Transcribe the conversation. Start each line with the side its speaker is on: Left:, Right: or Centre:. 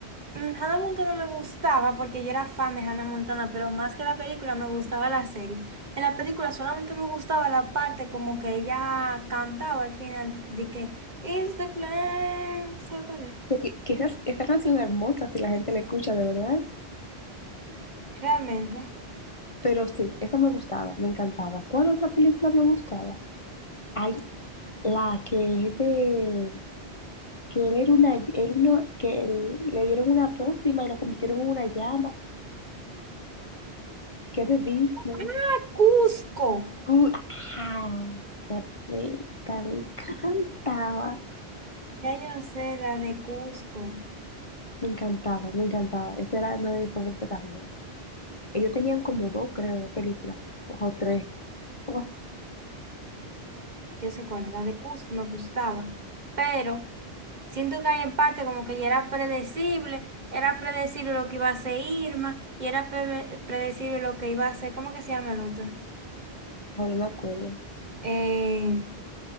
Right: Mm, Hannah Montana me gustaba porque yo era fan de Hannah Montana, pero más que la película me gustaba la serie. En la película solamente me gustaba la parte como que ella cantaba al final de que It's the Clan, ¿sabes cuál es?
Left: sea, que, que esas- esa canción es hermosa si la gente la escucha de verdad.
Right: Realmente.
Left: Pero sí, esa me gustaba, me encantaba. ¿Cuál otra película me gustaba? Hay la que es de que él era una, él no, que él- le dieron una pócima y lo convirtieron en una llama, que es de Disney.
Right: ¡Ah, Cusco!
Left: Uh, ah, perfecta, me encantaba.
Right: Ya yo no sé la de Cusco,
Left: Me encantaba, me encantaba. Esa era una de mis favoritas también. Ellos tenían como dos, creo, dos películas, o tres, algo así,
Right: yo sé cuál era la de Cusco, me gustaba, pero siento que hay en parte como que ya era predecible, era predecible lo que iba a hacer Irma y era preve- predecible lo que iba a hacer, ¿cómo que se llama el otro?
Left: Ay, no me acuerdo.
Right: Eh,